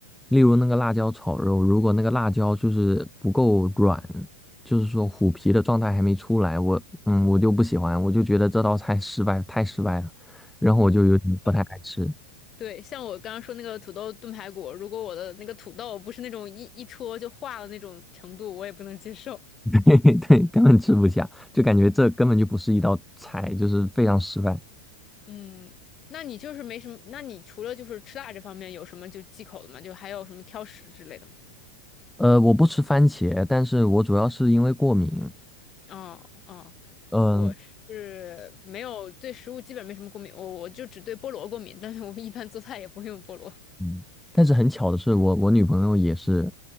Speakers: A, in the centre; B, on the left.
A: 例如那个辣椒炒肉，如果那个辣椒就是不够软，就是说虎皮的状态还没出来，我嗯我就不喜欢，我就觉得这道菜失败，太失败了，然后我就有点不太爱吃，
B: 嗯，对，像我刚刚说那个土豆炖排骨，如果我的那个土豆不是那种一一戳就化了那种程度，我也不能接受。
A: <laughs> 对对，根本吃不下，就感觉这根本就不是一道菜，就是非常失败。
B: 嗯，那你就是没什么，那你除了就是吃辣这方面有什么就忌口的吗？就还有什么挑食之类的吗？
A: 呃，我不吃番茄，但是我主要是因为过敏，
B: 哦哦，
A: 嗯、
B: 我是没有对食物基本没什么过敏，我我就只对菠萝过敏，但是我一般做菜也不会用菠萝。
A: 嗯，但是很巧的是我，我女朋友也是，